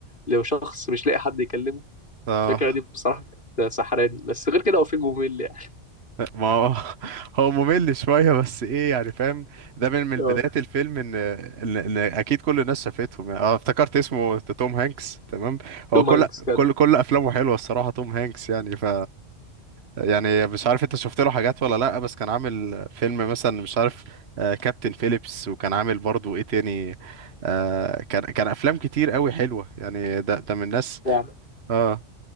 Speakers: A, on the left (about 45°); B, on the right (about 60°).
A: لو شخص مش لاقي حد يكلمه
B: اه
A: الفكرة دي بصراحة كانت سحراني بس غير كده هو فيلم ممل يعني
B: ما هو <laughs> هو ممل شويه بس ايه يعني فاهم ده من من
A: اه
B: بدايه الفيلم ان ان, إن اكيد كل الناس شافتهم يعني اه افتكرت اسمه توم هانكس تمام هو
A: توم
B: كل
A: هانكس كده
B: كل كل افلامه حلوه الصراحه توم هانكس يعني ف يعني مش عارف انت شفت له حاجات ولا لا بس كان عامل فيلم مثلا مش عارف آه، كابتن فيليبس وكان عامل برضو ايه تاني آه، كان كان افلام كتير قوي حلوة يعني ده ده من الناس
A: يعني
B: اه